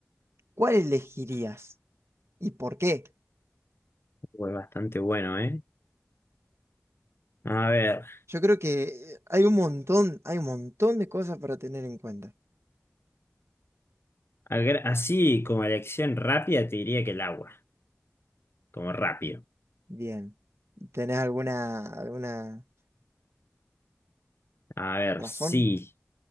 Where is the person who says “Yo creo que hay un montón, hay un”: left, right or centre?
Right